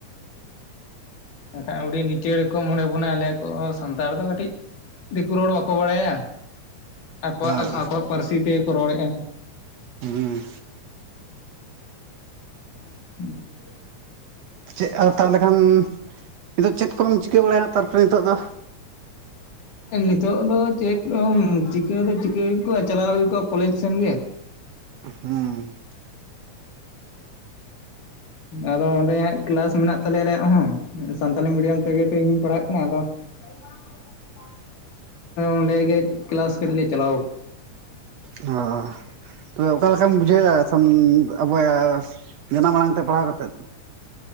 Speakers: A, on the left; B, on the right.
A: ᱮᱱᱠᱷᱟᱱ ᱟᱹᱰᱤ ᱱᱤᱪᱟᱹᱲ ᱠᱚ ᱢᱚᱱᱮ ᱵᱚᱱᱟ ᱟᱞᱮ ᱥᱟᱱᱛᱟᱲ ᱫᱚ ᱠᱟᱹᱴᱤᱡ ᱫᱤᱠᱩ ᱨᱚᱲ ᱵᱟᱠᱚ ᱵᱟᱲᱟᱭᱟ ᱟᱠᱚᱣᱟᱜ
B: ᱦᱳᱭ
A: ᱟᱠᱚᱣᱟᱜ ᱯᱟᱹᱨᱥᱤ ᱛᱤ ᱛᱮᱜᱮᱠᱚ ᱨᱚᱲᱮᱜᱼᱟ
B: ᱦᱩᱸ
A: <inaudible>
B: ᱪᱮᱫ ᱟᱨ ᱛᱟᱦᱚᱞᱮ ᱠᱷᱟᱱ ᱱᱤᱛᱚᱜ ᱪᱮᱫ ᱠᱚᱢ ᱪᱤᱠᱟᱹ ᱵᱟᱲᱟᱭᱟ ᱛᱟᱨᱯᱚᱨᱮ ᱱᱤᱛᱚᱜ ᱫᱚ
A: ᱱᱤᱛᱚᱜ ᱫᱚ ᱪᱮᱫ ᱪᱤᱠᱟᱹ ᱫᱚ ᱪᱤᱠᱟᱹ ᱦᱩᱭ ᱠᱚᱜᱼᱟ ᱪᱟᱞᱟᱣ ᱦᱩᱭ ᱠᱚᱜᱼᱟ ᱠᱚᱞᱮᱡᱽ ᱥᱮᱱ ᱜᱮ
B: ᱦᱩᱸ
A: ᱟᱫᱚ ᱚᱸᱰᱮᱦᱟᱜ ᱠᱮᱞᱟᱥ ᱢᱮᱱᱟᱜ ᱛᱟᱞᱮᱭᱟ ᱟᱞᱮᱭᱟᱜ ᱦᱚᱸ ᱥᱟᱱᱛᱟᱞᱤ ᱢᱤᱰᱤᱭᱟᱢ ᱛᱮᱜᱮ ᱛᱚ ᱤᱧᱤᱧ ᱯᱟᱲᱦᱟᱜ ᱠᱟᱱᱟ ᱟᱫᱚ <unintelligible> ᱚᱸᱰᱮ ᱜᱮ ᱠᱞᱟᱥ ᱠᱟᱹᱴᱤᱡ ᱞᱮ ᱪᱟᱞᱟᱣ
B: ᱚ ᱛᱚ ᱚᱠᱟ ᱞᱮᱠᱟᱢ ᱵᱩᱡᱷᱟᱹᱣ ᱮᱫᱟ ᱟᱵᱚᱭᱟ ᱡᱟᱱᱟᱢ ᱟᱲᱟᱝᱛᱮ ᱯᱟᱲᱦᱟᱣ ᱠᱟᱛᱮᱫ <inaudible>